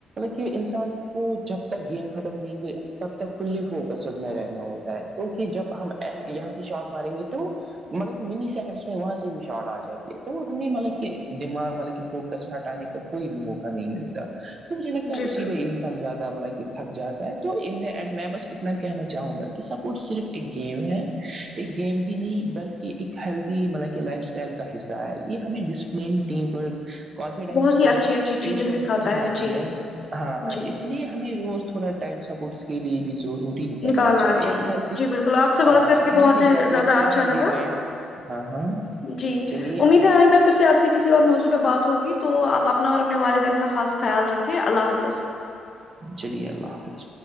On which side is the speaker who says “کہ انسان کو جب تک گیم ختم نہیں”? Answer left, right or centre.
Right